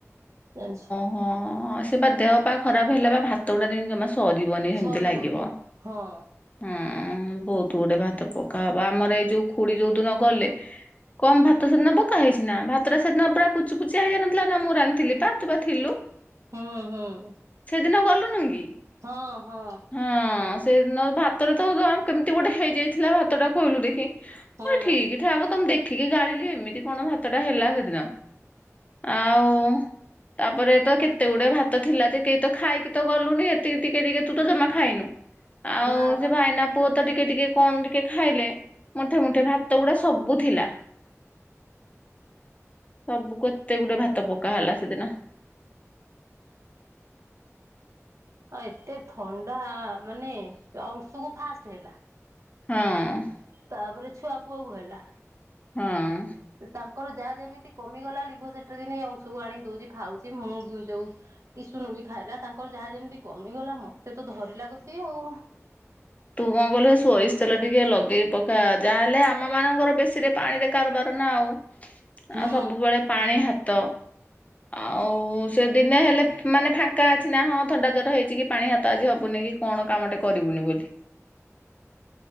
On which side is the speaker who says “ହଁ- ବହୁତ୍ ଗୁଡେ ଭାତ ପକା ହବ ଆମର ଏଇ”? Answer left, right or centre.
Left